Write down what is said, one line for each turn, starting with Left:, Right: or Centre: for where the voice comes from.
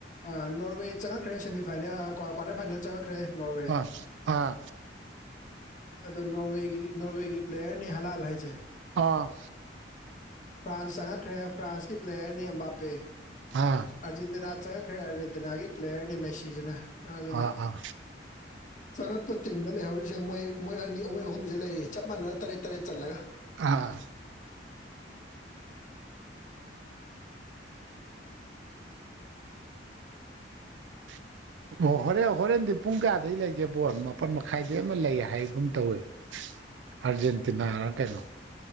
Left: ꯑ ꯅꯣꯔꯋꯦ ꯆꯪꯉꯛꯈ꯭ꯔꯦ ꯁꯦꯃꯤꯐꯥꯏꯅꯦꯜ ꯑ ꯀ꯭ꯋꯥꯇꯔ ꯐꯥꯏꯅꯦꯜ ꯆꯪꯉꯛꯈ꯭ꯔꯦ ꯅꯣꯔꯋꯦ
Right: ꯑꯥ ꯑꯥ
Left: ꯑꯗꯣ ꯅꯣꯔꯋꯦꯒꯤ ꯅꯣꯔꯋꯦꯒꯤ ꯄ꯭ꯂꯦꯌꯔꯅꯤ ꯍꯂꯥꯜ ꯍꯥꯏꯖꯦ
Right: ꯑꯥ
Left: ꯐ꯭ꯔꯥꯟꯁ ꯆꯪꯉꯛꯈ꯭ꯔꯦ ꯐ꯭ꯔꯥꯟꯁꯀꯤ ꯄ꯭ꯂꯦꯌꯔꯅꯤ ꯑꯝꯕꯥꯄꯦ
Right: ꯍꯥꯥ
Left: ꯑꯥꯔꯖꯦꯟꯇꯤꯅꯥ ꯆꯪꯉꯛꯈ꯭ꯔꯦ ꯑꯥꯔꯖꯦꯟꯇꯤꯅꯥꯒꯤ ꯄ꯭ꯂꯦꯌꯔꯅꯤ ꯃꯦꯁꯤꯁꯤꯅ ꯑꯗꯨꯅ
Right: ꯑꯥ ꯑꯥ
Left: ꯆꯉꯛꯄ ꯇꯤꯝ ꯇꯤꯝꯗ ꯂꯩꯍꯧꯔꯤꯖꯦ ꯃꯣꯏ ꯃꯣꯏ ꯑꯅꯤ ꯃꯣꯏ ꯑꯍꯨꯝꯖꯦ ꯂꯩꯔꯤ ꯆꯞ ꯃꯥꯟꯅꯅ ꯇꯔꯦꯠ ꯇꯔꯦꯠ ꯆꯜꯂꯒ
Right: ꯑꯥ <inaudible> ꯑꯣ ꯍꯣꯔꯦꯜ ꯍꯣꯔꯦꯟꯗꯤ ꯄꯨꯡ ꯀꯌꯥꯗꯩ ꯂꯩꯒꯦ ꯕꯣꯜ ꯃꯥꯄꯟ ꯃꯈꯥꯏꯗꯩ ꯑꯃ ꯂꯩ ꯍꯥꯏꯒꯨꯝ ꯇꯧꯏ ꯑꯔꯖꯦꯟꯇꯤꯅꯥꯔ ꯀꯩꯅꯣ